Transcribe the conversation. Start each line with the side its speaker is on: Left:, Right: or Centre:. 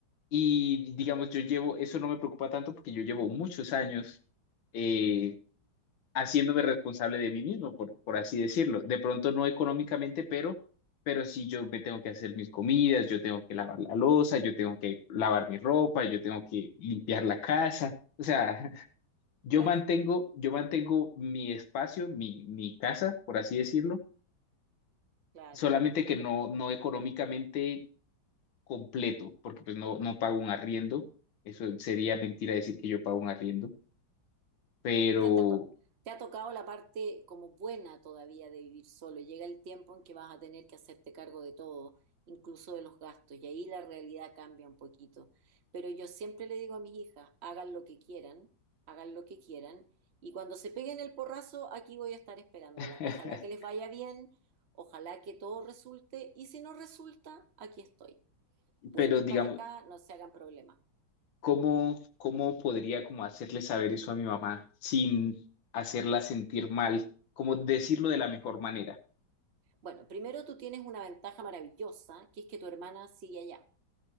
Left: Y digamos, yo llevo, eso no me preocupa tanto porque yo llevo muchos años eh, haciéndome responsable de mí mismo, por, por así decirlo. De pronto no económicamente, pero, pero sí yo me tengo que hacer mis comidas, yo tengo que lavar la loza, yo tengo que lavar mi ropa, yo tengo que limpiar la casa. O sea, <laughs> yo
Right: claro,
Left: mantengo, yo mantengo mi espacio, mi, mi casa, por así decirlo,
Right: claro.
Left: solamente que no, no económicamente completo, porque pues no, no pago un arriendo. Eso sería mentira decir que yo pago un arriendo, pero,
Right: sea, te ha, to- te ha tocado la parte como buena todavía de vivir solo. Llega el tiempo en que vas a tener que hacerte cargo de todo, incluso de los gastos, y ahí la realidad cambia un poquito. Pero yo siempre le digo a mis hijas, hagan lo que quieran, hagan lo que quieran, y cuando se peguen el porrazo, aquí voy a estar esperándola.
Left: <laughs>
Right: Ojalá que les vaya bien, ojalá que todo resulte, y si no resulta, aquí estoy. Vuelven
Left: pero digamos,
Right: para acá, no se hagan problemas.
Left: ¿cómo, cómo podría como hacerle saber eso a mi mamá sin hacerla sentir mal? Como decirlo de la mejor manera.
Right: Bueno, primero tú tienes una ventaja maravillosa, que es que tu hermana sigue allá.